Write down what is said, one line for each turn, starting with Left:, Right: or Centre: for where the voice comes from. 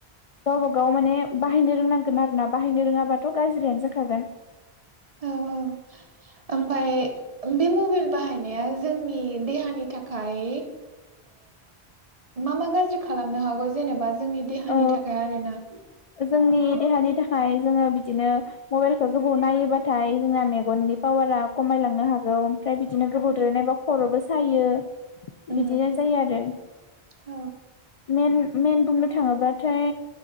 Left: गावब गाव माने बाहायनो रोंनांगोन आरोना बाहायनो रोङाबाथ' गाज्रियानो जाखागोन
Right: औ औ ओमफफ्राय बे मबाइल बाहायनाया जोंनि देहानि थाखाय मा मा गाज्रि खालामनो हागौ जेनेबा जोंनि देहानि
Left: औ
Right: थाखाय आरोना
Left: जोंनि देहानि थाखाय जोङो बिदिनो मबाइलखौ गोबाव नायोबाथाय जोंना मेगननि पावारा खमायलांनो हागौ ओमफ्राय बिदिनो गोबावद्राय
Right: उम
Left: नायबा खर'बो सायो
Right: उम
Left: बिदिनो जायो आरो
Right: औ
Left: मेन मेेन त <unintelligible> थाङोबाथाय